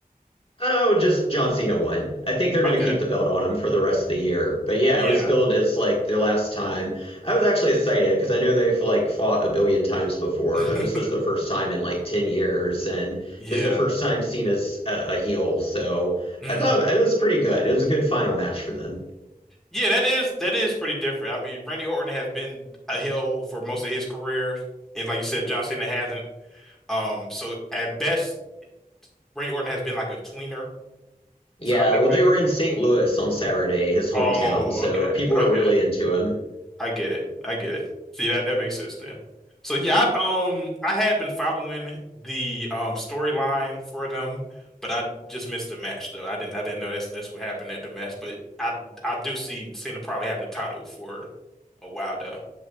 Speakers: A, on the left; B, in the centre.
A: Oh, just John Cena won. I think they're going
B: Okay.
A: to keep the belt on him for the rest of the year. But yeah,
B: Yeah.
A: it was billed as like the last time. I was actually excited because I know they've like fought a billion times before,
B: <laughs>
A: but this was the first time in like 10 years, and it
B: Yeah.
A: was the first time Cena's uh, a heel. So
B: Mm.
A: I thought it was pretty good. It was a good final match for them.
B: Yeah, that is that is pretty different. I mean, Randy Orton has been a heel for most of his career, and like you said, John Cena hasn't. Um, so at best, Randy Orton has been like a tweener.
A: Yeah,
B: So I've never.
A: well, they were in St. Louis on Saturday, his hometown,
B: Oh,
A: so
B: okay,
A: people
B: okay.
A: were really into him.
B: I get it. I get it. See that that makes sense there. So yeah, I, um, I had been following the um storyline for them, but I just missed the match though. I didn't I didn't know that's that's what happened at the match. But I I do see Cena probably having the title for a while though.